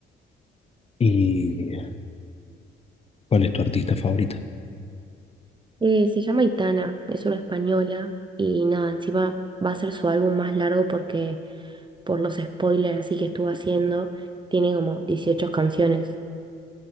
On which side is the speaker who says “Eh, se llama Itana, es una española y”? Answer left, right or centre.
Right